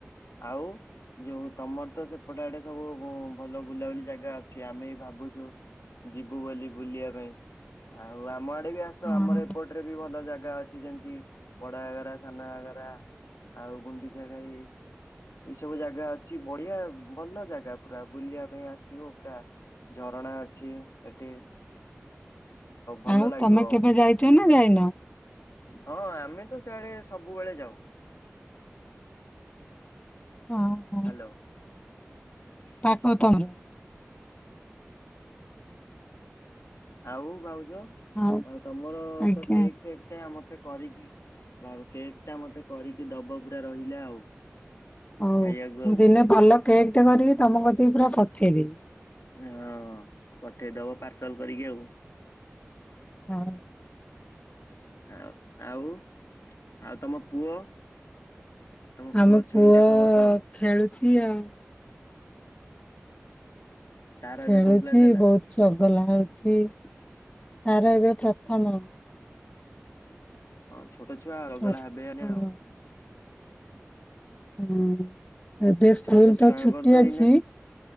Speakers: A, on the left; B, on the left.
A: ଆଉ ଯୋଉ ତମର ତ ସେପଟେ ଆଡେ ସବୁ ଭଲ ବୁଲାବୁଲି ଜାଗା ଅଛି ଆମେ ଭାବୁଛୁ ଯିବୁ ବୋଲି ବୁଲିବା ପାଇଁ ଆଉ ଆମ ଗାଁ କୁ ଆସ
B: ହଁ
A: ଆମ ଏପଟରେ ବି ଭଲ ଜାଗା ଅଛି ଯେମିତି ବଡ ଘାଗରା ସାନ ଘାଗରା ଆଉ ଗୁଣ୍ଡିଚାଘାଇ ଏଇ ସବୁ ଜାଗା ଅଛି ବଢିଆ ଭଲ ଜାଗା ପୁରା ବୁଲିବା ପାଇଁ ଆସିବ ପୁରା ଝରଣା ଅଛି ଏଠି ଭଲ
B: ଆଉ
A: ଲାଗିବ
B: ତମେ କେବେ ଯାଇଛ ନା ଯାଇନା
A: ହଁ ଆମେ ତ ସେଆଡେ ସବୁବେଳେ ଯାଉ
B: ହଁ ହଁ
A: ହ୍ୟାଲୋ। <unintelligible>
B: ପାଖ ତମର
A: ଆଉ ଭାଉ ଜ
B: ହଉ
A: ଆଉ ତମର
B: ଆଜ୍ଞା
A: ତ କେକ୍ ଫେକ୍ ଟା ମତେ କରିକି ଆଉ କେକ୍ ଟା ମତେ କରିକି ଦବ ପୁରା ରହିଲା ଆଉ।
B: ହଉ
A: ଖାଇବାକୁ
B: ମୁଁ
A: ଆଉ
B: ଦିନେ ଭଲ କେକ ଟା କରିକି ତମ ପ୍ରତିକି ପୁରା ପଠେଇବି।
A: ହଁ ପଠେଇଦବ ପାର୍ସଲ କରିକି ଆଉ।
B: ହଁ।
A: ହ ଆଉ ଆଉ ତମ ପୁଅ? ଆଉ ତମ
B: ଆମ
A: ଚୁଇଁ
B: ପୁଅ
A: ଟା ଖବର କଣ
B: ଖେଳୁ <unintelligible>
A: ତାର
B: ଖେଳୁଛି
A: ଏବେ କୋଉ କ୍ଲାସ ହେଲା?
B: ବହୁତ ଚ ଗଲା ହଉଛି ତାର ଏବେ ପ୍ରଥମ
A: ହଁ ଛୋଟ ଛୋଟଛୁଆଗଲା
B: ପ୍ରଥମ
A: ହେବେ ଆନେ ଆଉ।
B: ହଁ ଏବେ ସ୍କୁଲ
A: ଛୋଟ ଛୁଆଙ୍କର
B: ତ ଛୁଟି ଅଛି।
A: ଏଇନା